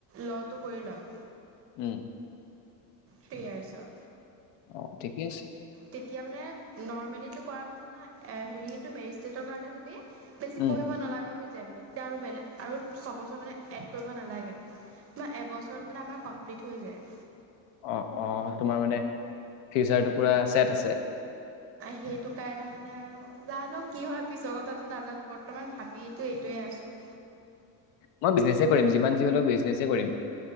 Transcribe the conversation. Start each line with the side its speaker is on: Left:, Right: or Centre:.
Right: ল'টো কৰি ল'ম।
Left: উম।
Right: থ্ৰি ইয়াৰছৰ।
Left: অ ঠিকেই আছে।
Right: তেতিয়া মানে নৰ্মেলিটো কৰাৰ পিছত না হেৰিটো মেৰিষ্ট্ৰেটৰ কাৰণে তুমি বেছি
Left: উম।
Right: পঢ়িব নালগা হৈ মে তেতিয়া আৰু বেলেগ আৰু ছবছৰ মানে এড কৰিব নালাগে, মানে এবছৰত মানে আমাৰ কমপ্লিট হৈ যায়।
Left: অ অ তোমাৰ মানে ফিউচাৰটো পুৰা ছেট আছে।
Right: সেইটো কাৰণে মানে আৰু জানো কি হয় পিছৰ কথাটো নাজানো বৰ্তমান ভাবো এইটোৱে আছো।
Left: মই বিজনেছে কৰিম, যিমান যি হলেও বিজনেছে কৰিম।